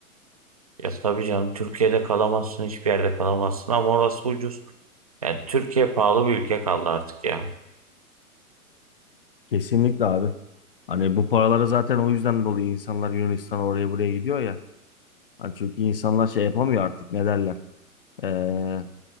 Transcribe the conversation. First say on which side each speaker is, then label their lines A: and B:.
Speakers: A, on the right (about 25°); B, on the left (about 40°).
A: Ya tabii canım Türkiye'de kalamazsın hiçbir yerde kalamazsın ama orası ucuz. Yani Türkiye pahalı bir ülke kaldı artık ya.
B: Kesinlikle abi. Hani bu paraları zaten o yüzden dolayı insanlar Yunanistan'a oraya buraya gidiyor ya. Hani çünkü insanlar şey yapamıyor artık ne derler. Ee,